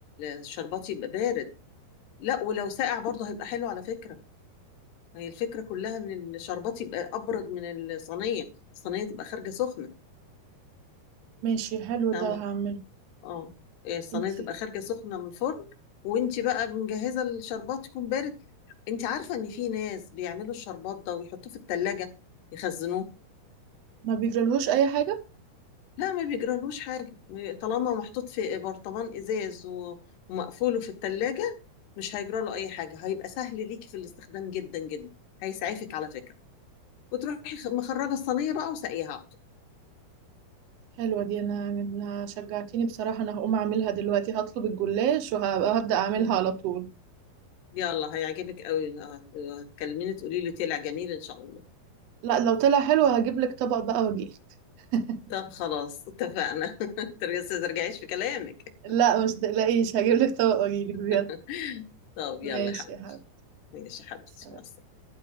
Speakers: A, on the left; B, on the right.
A: الشربات يبقى بارد لا ولو ساقع برضه هيبقى حلو على فكرة هي الفكرة كلها ان الشربات يبقى ابرد من الصينية الصينية تبقى خارجة سخنة
B: ماشي حلو
A: فاهمة
B: ده هعمله
A: اه إيه، الصينيه
B: انت
A: تبقى خارجه سخنه من الفرن وانت بقى مجهزه الشربات يكون بارد انت عارفه ان في ناس بيعملوا الشربات ده ويحطوه في الثلاجه يخزنوه
B: ما بيجرالهوش اي حاجه
A: لا ما بيجرالوش حاجه طالما محطوط في برطمان ازاز و- ومقفوله في الثلاجه مش هيجراله اي حاجه هيبقى سهل ليكي في الاستخدام جدا جدا هيسعفك على فكره وتروحي خ- مخرجه الصينيه بقى وسقيها على طول
B: حلوه دي انا انا شجعتيني بصراحه انا هقوم اعملها دلوقتي هطلب الجلاش وهبدا اعملها
A: مم.
B: على طول
A: يلا هيعجبك قوي هتكلميني تقولي لي طلع جميل ان شاء الله
B: لا لو طلع حلو هجيب لك طبق بقى واجيلك <laughs>
A: طب خلاص اتفقنا <laughs> ترجع- بس ما ترجعيش في كلامك
B: لا مش تقلقيش هجيب لك طبق واجيلك
A: <laughs>
B: بجد
A: طب
B: ماشي
A: يلا يا حبيبتي
B: يا حبيبي
A: ماشي يا حبيبتي
B: مع السلامة.
A: مع السلامة